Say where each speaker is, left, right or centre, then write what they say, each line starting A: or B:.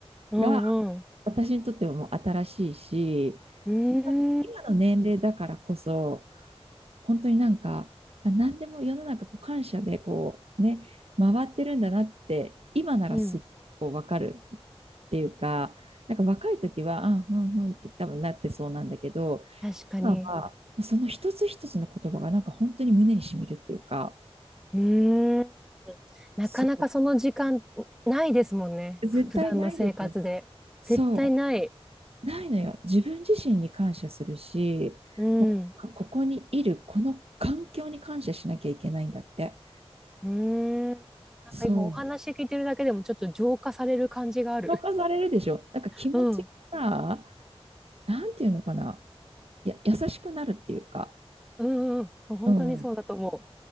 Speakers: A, in the centre; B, on the right.
A: うん、
B: が、
A: うん。う
B: 私にとってはもう新しいし、
A: ー
B: やっぱり今の年齢だからこそ、
A: ん、
B: 本当になんか、あ、何でも世の中こう感謝でこうね、回ってるんだなって、今ならすっごいわかる
A: うん。
B: っていうか、なんか若い時は、あ、うんうんって多分なってそうなんだけど、
A: 確かに。
B: 今はその一つ一つの言葉がなんか本当に胸にしみるっていうか、
A: うーん。なかなかその時間ないですもんね。
B: そう、絶対ないでしょ。
A: ふ普段の生活で。
B: そ
A: 絶対ない。
B: う。ないのよ。自分自身に感謝するし、
A: うん。
B: もうここにいる、この環境に感謝しなきゃいけないんだって。
A: うーん。なんか今お話聞いてるだけでもちょっと浄化される感じがある。
B: そう。評価されるでしょ。なんか気持ちがさ、
A: うん。
B: なんていうのかな。や、優しくなるっていうか。
A: うん、うんうん。そう、本当にそうだと思う。
B: うん。